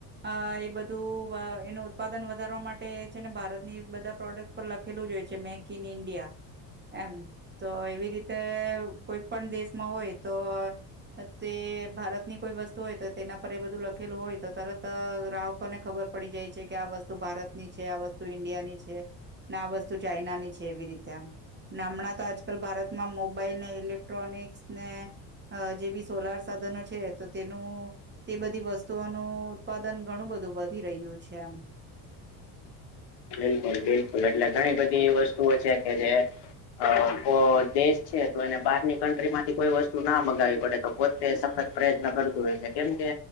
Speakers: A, on the right; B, on the left.
A: અ એ બધું એનું ઉત્પાદન વધારવા માટે છે ને ભારત ની બધા પ્રોડક્ટ પર લખેલું જ હોય છે મેડીઇન ઇન્ડિયા એમ તો એવી રીતે કોઈ પણ દેશમાં હોય તો તે ભારત ની કોઈ વસ્તુ હોય તો તેના પર એ બધું લખેલું હોય તો તરત ગ્રાહક આપને ખબર પડી જાય છે કે આ વસ્તુ ભારત ની છે આ વસ્તુ ઈન્ડિયા ની છે આ વસ્તુ ચાાઈના ની છે એવી રીતે આમ હમણાં તો આજકાલ ભારતમાં મોબાઈલ ને ઇલેક ક્ટ્રોનિકસ ને જે બી સોલાર સાધનો છે તો તેનું તે બધી વસ્તુઓનું ઉત્પાદન ઘણું બધું વધી રહ્યું છે એમ
B: બિલકુલ બિલકુલ એટલે ઘણી બધી એવી વસ્તુઓ છે કે જે હ તો દેશ છે તો એને બહારની કન્ટ્રી માંથી કોઈ વસ્તુ ના મગાવવી પડે તો પોતે સફત પ્રયત્ન કરતું હોય છે કેમ કે